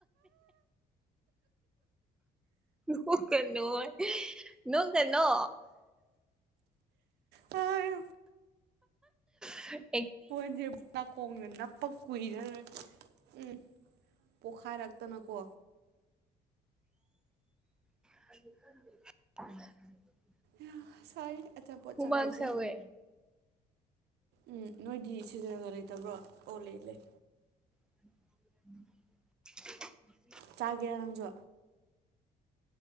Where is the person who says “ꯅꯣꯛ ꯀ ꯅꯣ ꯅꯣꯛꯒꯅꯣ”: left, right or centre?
Centre